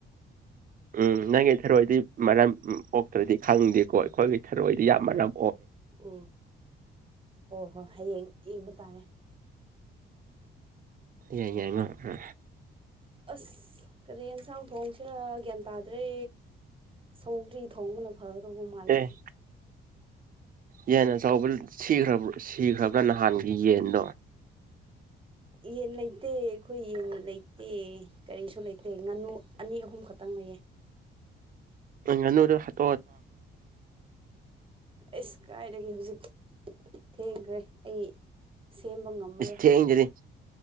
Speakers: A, on the right; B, on the right.
A: ꯎꯝ ꯅꯪꯒꯤ ꯊꯔꯣꯏꯗꯤ ꯃꯔꯝ ꯄꯣꯛꯇ꯭ꯔꯗꯤ ꯈꯪꯗꯦꯀꯣ ꯑꯩꯈꯣꯏꯒꯤ ꯊꯔꯣꯏꯗꯤ ꯌꯥꯝ ꯃꯔꯅꯝ
B: ꯎꯝ ꯍꯣ ꯍꯣ ꯍꯌꯦꯡ ꯏꯕ ꯇꯔꯦ
A: ꯌꯥꯏ ꯌꯥꯏ ꯉ ꯎ
B: ꯑꯁ ꯀꯔꯤ ꯌꯦꯟꯁꯥꯡ ꯊꯣꯡꯁꯤꯅ ꯒ꯭ꯌꯥꯟ ꯇꯥꯗ꯭ꯔꯦ ꯁꯧꯒ꯭ꯔꯤ ꯊꯣꯡꯕꯅ ꯐꯔꯕ ꯃꯥꯂꯦ
A: ꯑꯦ ꯌꯦꯟ ꯑꯆꯧꯕ ꯁꯤꯈ꯭ꯔ ꯁꯤꯈ꯭ꯔꯕ꯭ꯔꯥ ꯅꯍꯥꯟꯒꯤ ꯌꯦꯟꯗꯣ
B: ꯌꯦꯟ ꯂꯩꯇꯦ ꯑꯩꯈꯣꯏ ꯌꯦꯟ ꯂꯩꯇꯦ ꯀꯔꯤꯁꯨ ꯂꯩꯇꯦ ꯉꯥꯅꯨ ꯑꯅꯤ ꯑꯍꯨꯝ ꯈꯛꯇ ꯇꯪꯅꯩꯌꯦ
A: ꯪ ꯅ ꯍ
B: ꯑꯁ ꯀꯥꯏꯗꯒꯤꯦ ꯍꯧꯖꯤꯛ ꯊꯦꯡꯈ꯭ꯔꯦ ꯑꯩ ꯁꯦꯝꯕ ꯉꯝꯃꯔꯣꯏ
A: ꯏꯁ ꯊꯦꯡꯖꯔꯤ